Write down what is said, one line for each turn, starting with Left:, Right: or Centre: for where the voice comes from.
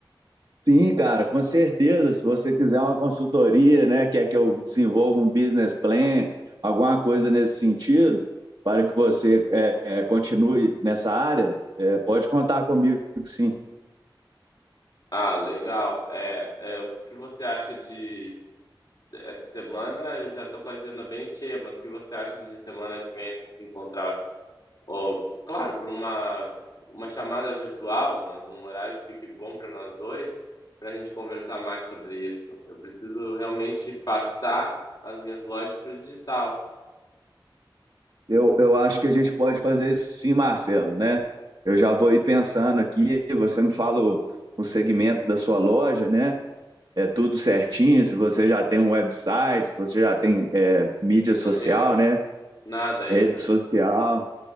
Right: Sim, cara, com certeza. Se você quiser uma consultoria, né, quer que eu desenvolva um business plan, alguma coisa nesse sentido, para que você é, é, continue nessa área, é, pode contar comigo, sim.
Left: Ah, legal. É, é, o que você acha de essa semana? Já tô com a agenda bem cheia, mas o que você acha de semana que vem se encontrar? Oh, claro, por uma uma chamada virtual, mas um horário que fique bom para nós dois, para a gente conversar mais sobre isso. Eu preciso realmente passar as minhas lojas para o digital.
Right: Eu, eu acho que a gente pode fazer isso sim, Marcelo, né? Eu já vou ir pensando aqui, você me fala o, o segmento da sua loja, né? é tudo certinho, se você já tem um website, se você já tem é, mídia social,
Left: Não tenho
Right: né?
Left: nada ainda.
Right: Rede social.